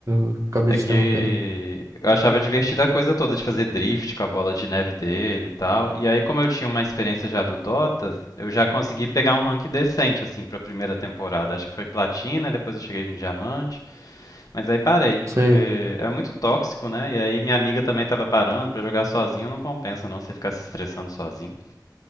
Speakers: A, on the right (about 40°); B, on the left (about 50°).
A: eu acabei
B: É
A: te
B: que
A: interrompendo.
B: eu achava divertida a coisa toda de fazer drift com a bola de neve dele e tal. E aí, como eu tinha uma experiência já do Dota, eu já consegui pegar um rank decente, assim, pra primeira temporada. Acho que foi platina, depois eu cheguei no diamante. Mas aí parei, porque
A: Você
B: é muito tóxico, né? E aí minha amiga também tava parando, pra jogar sozinho não compensa não você ficar se estressando sozinho.